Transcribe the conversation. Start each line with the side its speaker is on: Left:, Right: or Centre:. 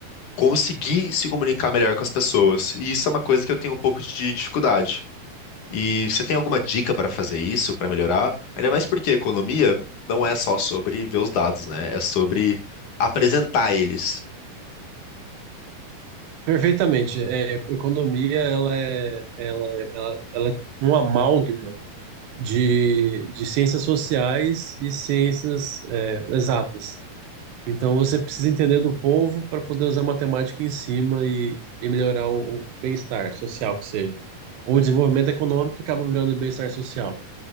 Left: conseguir se comunicar melhor com as pessoas. E isso é uma coisa que eu tenho um pouco de dificuldade. E você tem alguma dica para fazer isso, para melhorar? Ainda mais porque economia não é só sobre ver os dados, né? É sobre apresentar eles.
Right: Perfeitamente. É, economia, ela é, ela é, ela, ela é um amálgama de, de ciências sociais e ciências, é, exatas. Então você precisa entender do povo para poder usar matemática em cima e, e melhorar o, o bem-estar social, que seja. Ou o desenvolvimento econômico que acaba virando bem-estar social.